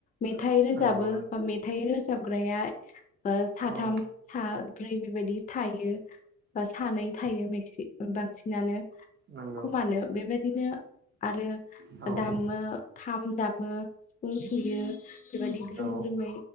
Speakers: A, on the left (about 25°); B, on the right (about 35°).
A: मेथाइ रोजाबो
B: नंगौ
A: बा मे हाथाइ रोजाबग्राया साथाम
B: औ
A: साब्रै बेबायदि थायो। बा सानै थायो मेक्सि बांसिनानो
B: नंगौ
A: खमानो बेबायदिनो आरो
B: नोंथां
A: दामो। खाम दामो <inaudible> सुयो। बेबायदि ग्रोम
B: औ
A: ग्रोमै